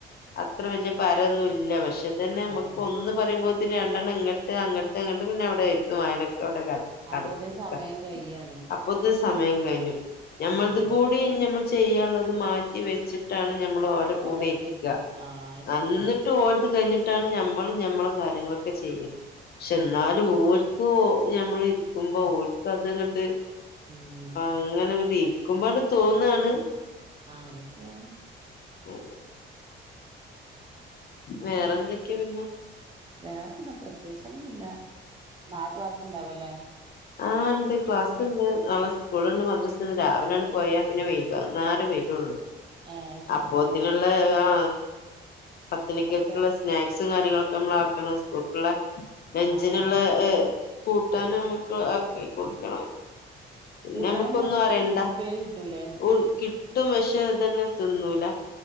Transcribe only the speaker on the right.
ആഹ്
അപ്പോത്തിന്
സമയം കയ്യാണ്
ഉം
ഓലൊപ്പം
ഇരിക്കണം ആഹ് അത് ശരിയാ
ആഹ്
ഉം
ആഹ അതെ ശരില്ല
വേറെന്താ പ്രത്യശ ഒന്നുമല്ല നാളെ ക്ലാസ് ഉണ്ടാവല്ലേ
ഏഹ് അത് ശരി
മോ
ഒക്കെ
ആഹ് ആഹ്
കൂട്ടാനെന്താ
അവിടുന്ന്
കിട്ട ഉപ്പേരി കിട്ടൂലേ